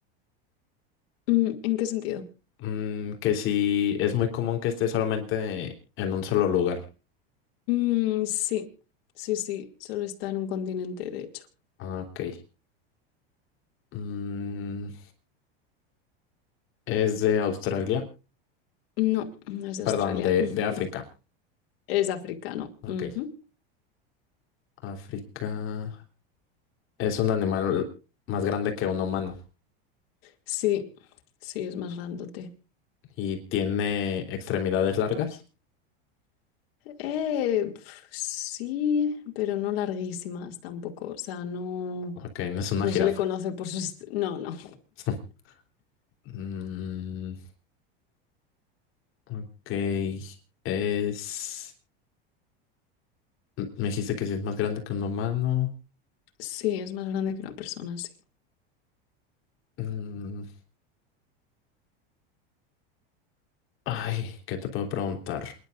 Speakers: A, on the left; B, on the left.
A: Mm, ¿En qué sentido?
B: Mm, que si es muy común que esté solamente en un solo lugar.
A: Mm, sí, sí, sí, solo está en un continente, de hecho.
B: Ah, ok. Mm, es de Australia,
A: No, no es de
B: perdón,
A: Australia,
B: de,
A: <laughs>
B: de África.
A: es africano.
B: Ok.
A: Ujú.
B: África es un animal más grande que un humano
A: Sí, sí, es más grandote.
B: y tiene extremidades largas.
A: Eh, pf, sí, pero no larguísimas tampoco, o sea, no...
B: Ok, no es una
A: No
B: jirafa.
A: se le conoce por sus... est- No, no.
B: <laughs> Mm, ok. Es... Me dijiste que si es más grande que un humano.
A: Sí, es más grande que una persona, sí.
B: Mm, Ay, ¿qué te puedo preguntar?